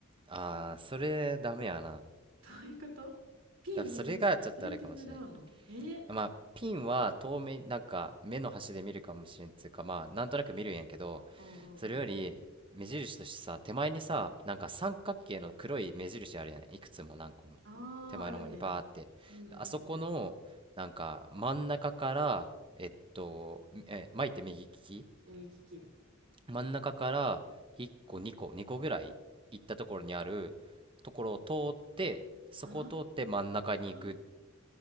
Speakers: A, on the right; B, on the right.
A: あー、それダメやな。
B: どういうことピン見ずにどうやって狙うのえー
A: 多分それがちょっとあれかもしれん。まあ、ピンは遠目、なんか目の端で見るかもしれんっつうか、まあ、なんとなく見るんやけど、
B: うんうんうん。
A: それより目印としてさ、手前にさ、なんか三角形の黒い目印あるやん。いくつも何個も。
B: ああ、
A: 手前の方にバーって。
B: あるね。うんうんうん。
A: であそこの、なんか真ん中から、えっと、え、巻いて右利き
B: 右利き。
A: 真ん中から1個、2個、2個ぐらい行ったところにあるところを通って、そこを通って真ん中に行くっ
B: ああ、